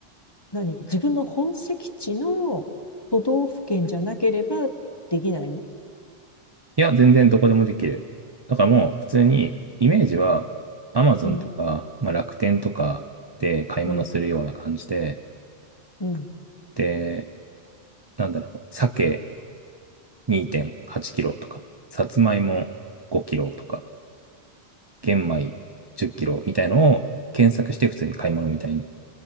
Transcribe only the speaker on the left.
何自分の本籍地の都道府県じゃなければできないの
うん、
うん、うん。